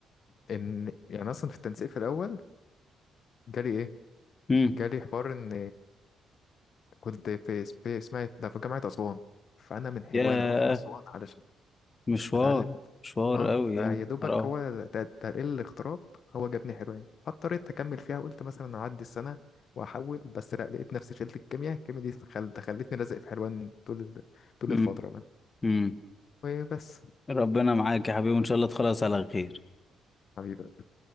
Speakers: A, on the left (about 55°); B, on the left (about 30°).
A: ان يعني اصلا في التنسيق في الاول جالي ايه
B: مم.
A: جالي حوار ان كنت في سب- اسمها إيه؟ ده في جامعة اسوان فانا من حلوان
B: ياه
A: اروح اسوان علشان
B: مشوار
A: اتعلم
B: مشوار
A: اه
B: قوي
A: فيا
B: يعني
A: دوبك
B: اه
A: هو ت- تقليل الاغتراب هو جابني حلوان فاضطريت اكمل فيها قلت مثلا اعدي السنة واحول بس لا لقيت نفسي شلت الكيمياء الكيمياء دي خل- خلتني لازق في حلوان طول ال- طول
B: مم.
A: الفترة بقى
B: مم.
A: وبس
B: ربنا معاك يا حبيبي وان شاء الله تخلص على خير
A: حبيبي